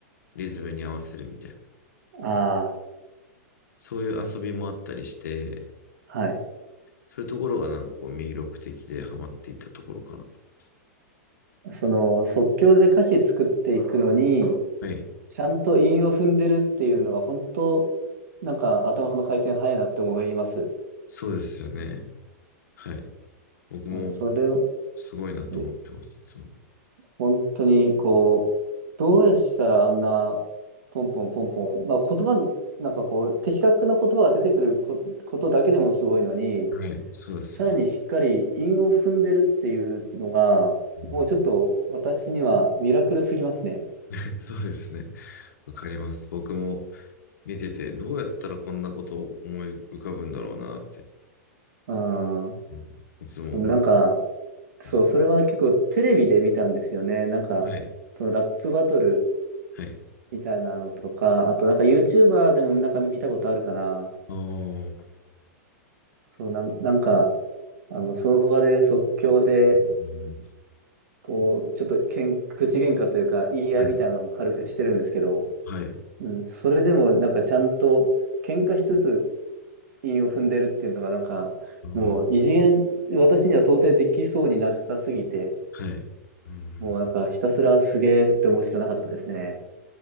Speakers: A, on the left (about 80°); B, on the right (about 70°).
A: うリズムに合わせるみたいな、
B: あ
A: そういう遊びもあったりして、
B: あ、はい。
A: そういうところがなんかこう魅力的でハマっていったところかなと思います。
B: その即興で歌詞作っていくのに、
A: はい、
B: ちゃんと韻を踏んでるっていうのが本当、なんか頭の回転早いなって思います。
A: そうですよね。はい。僕も
B: うんそれを、
A: すごいなと思ってます、
B: え
A: いつも。
B: 本当にこう、どうしたらあんな、ポンポンポンポン、まあ言葉の、なんかこう、的確な言葉が出てくるこ、ことだけでもすごいのに、
A: はい、そうですね。
B: さらにしっかり韻を踏んでるっていうのが、
A: うん、
B: もうちょっと私にはミラクルすぎますね。
A: <laughs> そうですね。わかります。僕も見てて、どうやったらこんなことを思い浮かぶんだろうなって、
B: うん。
A: うん、いつも思って
B: そう、なんか、そう、
A: ます。
B: それは結構テレビで見たんですよね。なんか、
A: はい、
B: そのラップバトル
A: はい。
B: みたいなのとか、あとなんか YouTuber でもなんか見たことあるかな。
A: ああ、う
B: そう、なん、なんか、あの、その場で即興で、
A: ん、
B: こう、ちょっとけん、口喧嘩というか言い合いみたいなのを軽くしてるんですけど、
A: はい、はい、
B: うん、それでもなんかちゃんと、喧嘩しつつ韻を踏んでるっていうのがなんか、
A: あー
B: もう異次元、私には到底できそうになさすぎて、
A: はい。うん、
B: もうなんかひたすらすげーって思うしかなかったですね。